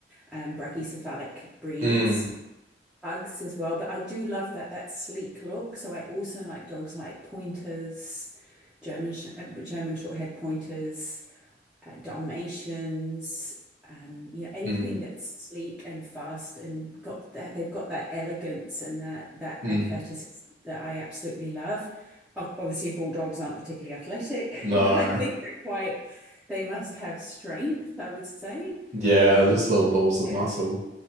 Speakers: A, in the centre; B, on the right.
A: um, brachycephalic breeds,
B: Mm,
A: pugs as well. But I do love that that sleek look. So I also like dogs like pointers, German sh uh, German short-haired pointers uh, Dalmatians, um, you know, anything
B: mm,
A: that's sleek and fast and got that they've got that elegance and that that
B: mm.
A: athleticism that I absolutely love. O- Obviously, bulldogs aren't particularly athletic,
B: No.
A: <laughs> but I think they're quite they must have strength, I would say.
B: Yeah,
A: Um,
B: just little balls of
A: yeah.
B: muscle.